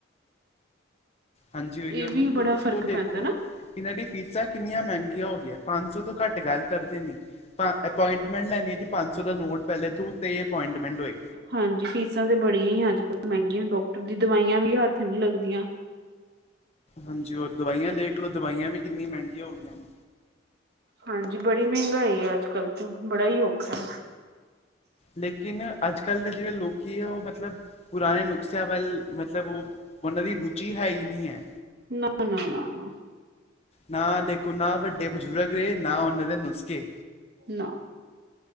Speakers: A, on the left (about 30°); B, on the right (about 55°).
A: ਹਾਂਜੀ ਓਈਯੋ
B: ਇਹ
A: ਨਾ,
B: ਵੀ
A: ਤੇ
B: ਬੜਾ
A: ਤੁਸੀਂ
B: ਫ਼ਰਕ
A: ਓਹ ਦੇਖੋ।
B: ਪੈਂਦਾ ਨਾ।
A: ਏਹਨਾਂ ਦੀ ਫੀਸਾਂ ਕਿੰਨੀਆਂ ਮਹਿੰਗੀਆਂ ਹੋ ਗਈਆਂ। ਪੰਜ ਸੋ ਤੋਂ ਘੱਟ ਗੱਲ ਕਰਦੇ ਨੀ। ਪਾਂ ਅਪੋਇੰਟਮੈਂਟ ਲੈਣੀ ਐ ਜੀ ਪੰਜ ਸੌ ਦਾ ਨੋਟ ਪਹਿਲੇ ਥੂ ਤੇ ਅਪੋਇੰਟਮੈਂਟ ਹੋਈ।
B: ਹਾਂਜੀ ਫੀਸਾਂ ਤੇ ਬੜੀ ਅੱਜ ਕੱਲ ਮਹਿੰਗੀਆਂ। ਡਾਕਟਰ ਦੀ ਦਵਾਈਆਂ ਵੀ ਹੱਥ ਨੀ ਲੱਗਦੀਆਂ।
A: ਹਾਂਜੀ ਓ ਦਵਾਈਆਂ ਦੇਖਲੋ, ਦਵਾਈਆਂ ਵੀ ਕਿੰਨੀਆਂ ਮਹਿੰਗੀਆਂ ਹੋ ਗਈਆਂ ਨੇ।
B: ਹਾਂਜੀ ਬੜੀ ਮਹਿੰਗਾਈ ਅੱਜ ਕੱਲ੍ਹ ਤੋਂ ਬੜਾ ਈ ਔਖਾ ਐ।
A: ਲੇਕਿਨ ਅੱਜ ਕੱਲ ਦੇ ਜਿਹੜੇ ਲੋਕੀ ਆ ਉਹ ਮਤਲਬ ਪੁਰਾਨੇ ਨੁਕਸਿਆਂ ਵੱਲ, ਮਤਲਬ ਓ ਉਹਨਾਂ ਦੀ ਰੁਚੀ ਹੈ ਈ ਨਈ ਐ।
B: ਨਾ-ਨਾ, ਨਾ-ਨਾ।
A: ਨਾ ਦੇਖੋ ਨਾ ਵੱਡੇ ਬਜ਼ੁਰਗ ਰਹੇ ਨਾ ਉਹਨਾਂ ਦੇ ਨੁਸਖੇ।
B: ਨਾ।